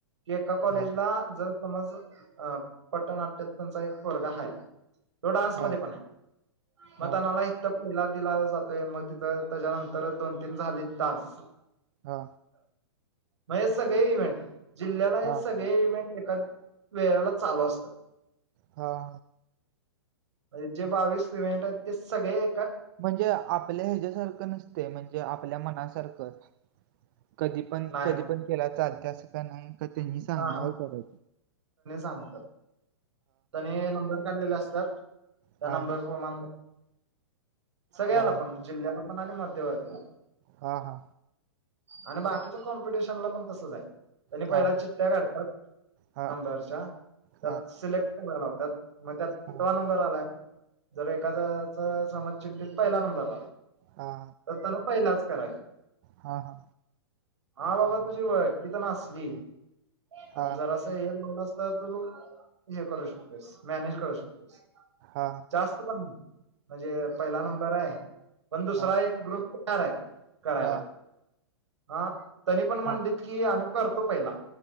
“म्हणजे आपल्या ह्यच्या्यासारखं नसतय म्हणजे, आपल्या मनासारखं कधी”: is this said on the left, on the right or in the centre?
Right